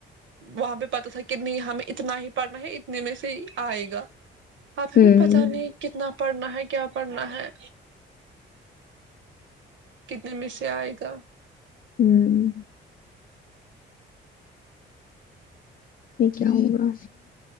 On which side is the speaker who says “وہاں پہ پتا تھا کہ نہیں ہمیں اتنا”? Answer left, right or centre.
Right